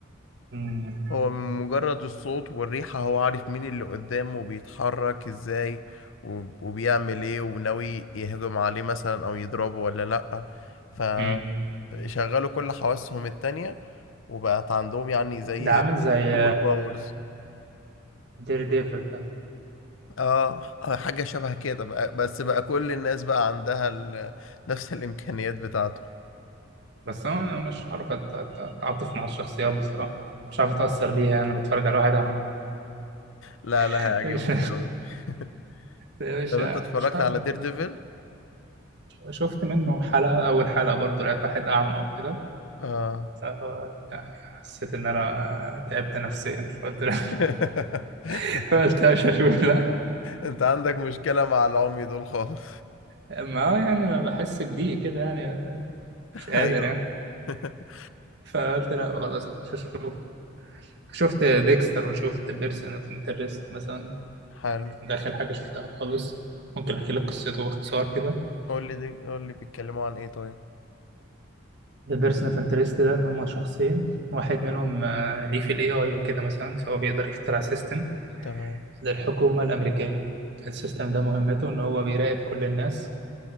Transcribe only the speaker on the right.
امم
امم
ده عامل زي
دير ديفل ده
بس انا مش عارف أت- أت- اتعاطف مع الشخصيات بصراحة مش عارف اتأثر بيها انا بتفرج على واحد عم
<laughs>
مش
مش
مش
هعمل-
شفت منه حلقة اول حلقة برضو لقيت واحد اعمى او كده
ف يعني حسيت ان انا تعبت نفسيا فقلت لا
<laughs> قلت لا مش هشوف لا
ما هو يعني ما بحس بضيق كده يعني مش
قادر
يعني
فقلت لا خلاص مش هشوف شفت ديكستر وشفت بيرسون اوف انترست مثلا
ده اخر حاجه شفتها خالص ممكن احكي لك قصته باختصار كده
ده بيرسون اوف انترست ده ان هم شخصين واحد منهم آه، ليه في الاي اي وكده مثلا فهو بيقدر يخترع سيستم
للحكومه الامريكيه السيستم ده مهمته ان هو بيراقب كل الناس